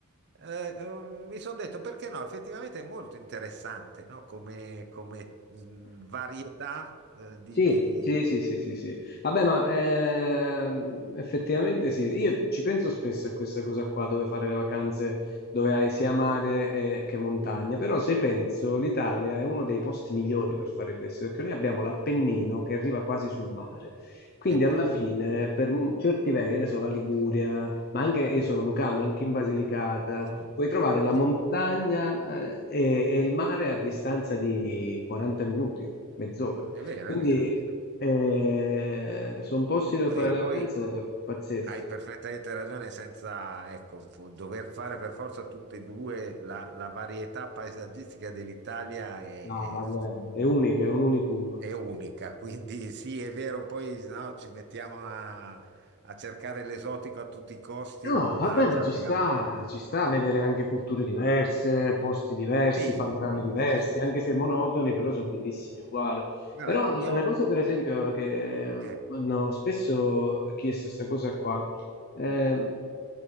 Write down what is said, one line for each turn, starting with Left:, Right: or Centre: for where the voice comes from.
Right: eh, eh, mi sono detto perché no, effettivamente è molto interessante, no? Come, come, mh, varietà eh, di,
Left: Sì,
Right: di-
Left: sì, sì, sì, sì, sì. Vabbè, ma ehm, effettivamente sì, io ci penso spesso a questa cosa qua, dove fare le vacanze, dove hai sia mare eh, che montagna, però se penso l'Italia è uno dei posti migliori per fare questo, perché noi abbiamo l'Appennino che arriva quasi sul mare, quindi
Right: È vero.
Left: alla fine
Right: anche tu.
Left: per m- certi versi, che ne so, la Liguria, ma anche io sono lucano, anche in Basilicata,
Right: Mm,
Left: puoi trovare la
Right: sì,
Left: montagna
Right: sì,
Left: eh, e e il mare a distanza di 40 minuti, mezz'ora.
Right: è vero,
Left: Quindi
Right: è vero, è vero.
Left: eh, sono posti dove
Right: Oddio,
Left: fare
Right: e
Left: le
Right: poi
Left: vacanze pazzeschi.
Right: hai perfettamente ragione, senza, ecco, fu- dover fare per forza tutte e due, la, la varietà paesaggistica dell'Italia è,
Left: No, vabbè,
Right: è-
Left: è unica, è un unicum.
Right: è unica, quindi sì, è vero, poi no, ci mettiamo a, a cercare l'esotico a tutti i costi,
Left: No,
Right: ma
Left: vabbè, ma
Right: ci abbiamo...
Left: ci sta, ci sta a vedere anche culture diverse, posti diversi,
Right: Sì,
Left: panorami
Right: sì,
Left: diversi,
Right: sì, sì.
Left: anche se monotoni, però sono bellissimi uguali.
Right: Guarda,
Left: Però una
Right: io,
Left: cosa,
Right: ho-
Left: per esempio, che eh,
Right: eh,
Left: mi hanno spesso chiesto questa cosa qua, eh,